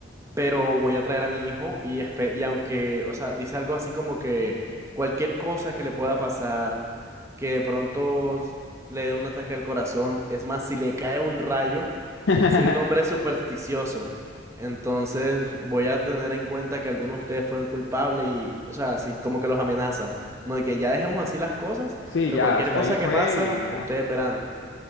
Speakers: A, on the right; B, on the left.
A: pero voy a traer a mi hijo y, espe- y aunque, o sea, dice algo así como que cualquier cosa que le pueda pasar, que de pronto s- le dé un ataque al corazón, es más, si le cae un rayo,
B: <laughs>
A: soy un hombre supersticioso, entonces voy a tener en cuenta que alguno de ustedes fue el culpable y, o sea, así, como que los amenaza, como de que ya dejemos así las cosas,
B: Sí,
A: pero
B: ya,
A: cualquier
B: hasta
A: cosa
B: ahí fue
A: que pasa,
B: y ya.
A: ustedes verán.